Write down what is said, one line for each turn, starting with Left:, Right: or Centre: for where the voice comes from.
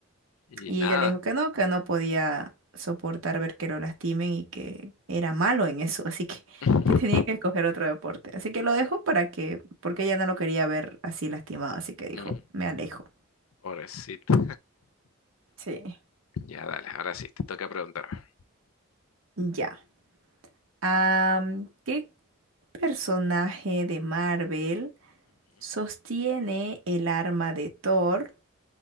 Left: Y
Right: Y
Left: nada.
Right: ella le dijo que no, que no podía soportar ver que lo lastimen y que era malo en eso, <laughs> así que,
Left: <laughs>
Right: que tenía que escoger otro deporte. Así que lo dejó para que, porque ella no lo quería ver así lastimado, así que dijo,
Left: Mm,
Right: me alejo.
Left: Pobrecito.
Right: Sí.
Left: Ya, dale, ahora sí, te toca preguntarme.
Right: Ya. Am, ¿qué personaje de Marvel
Left: Ujú.
Right: sostiene el arma de Thor,